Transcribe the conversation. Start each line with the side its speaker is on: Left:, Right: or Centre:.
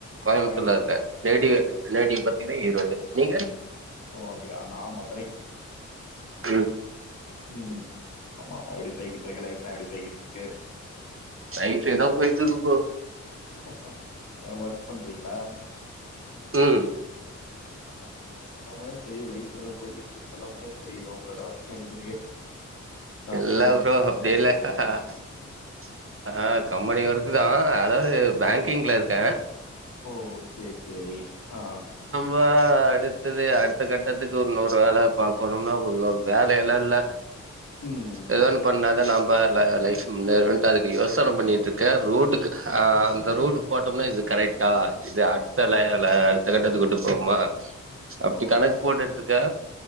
Right: கோயம்புத்தூர்ல
Left: கோயம்புத்தூரா
Right: இருக்க ரேடிவே நேட்டிவ் பாத்தீங்கன்ன ஈரோடு நீங்க
Left: ஓ அப்டியா நா மதுரை
Right: ம்
Left: ம் ஆம்மா ஆமா எப்டி போய்கிட்டு இருக்கு லைஃப் எல்லா எப்டி போய்கிட்டு இருக்கு
Right: லைஃப் ஏதோ போயிட்டு இருக்கு போ
Left: சர் சர் ஏன் வொர்க் பண்றீங்களா
Right: ம்
Left: ஆ நீங்க சொல்ல போதே தெரியுது லைஃப் ஏதோ போயிகிட்டு இருக்கு சொல்ல முடியது சரி இது உங்களோட ஒர்க் ஐடி இதுலயே
Right: இல்ல
Left: அப்ப நீங்க
Right: ப்ரோ
Left: ஒர்க் தா
Right: அப்டி
Left: பண்றீங்க
Right: இல்ல அ ஆ ஆ
Left: அப்டின்னு
Right: கம்பெனி ஒர்க் தா அதாவது பேங்கிங்ல இருக்கேன்
Left: ஓ செரி செரி ஆ
Right: இப்ப அடுத்தது அடுத்த கட்டத்துக்கு ஒருன்னூறு வேல பாக்கணுனா இன்னூரு வேலல்லா இல்ல
Left: ம்
Right: ஏதோ ஒன்னு பண்ணாதா நாம் பார் லா லைஃப் முன்னேறும் அதுக்கு யோசனை
Left: ஆமா
Right: பண்ணிட்டு இருக்கேன் ரோட்டுக்கு அ அந்த ரூட் போட்டோம்னா இது கரெக்டா அ இது அன் <unintelligible>
Left: ஓ
Right: அடுத்த கட்டத்துக்கு கொண்டு போவோம்மா அப்டி
Left: ஓ
Right: கணக்கு போட்டுட்டு இருக்கே